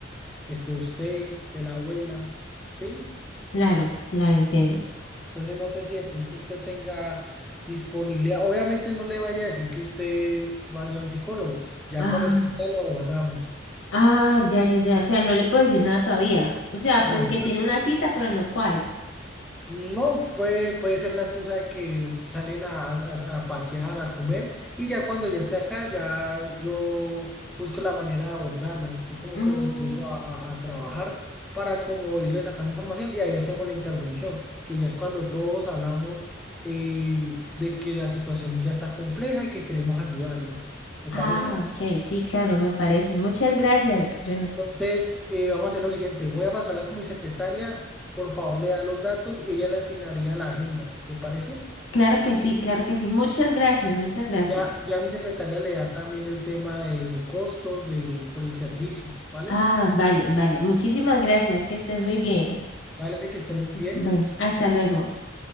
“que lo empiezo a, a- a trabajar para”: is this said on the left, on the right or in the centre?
Centre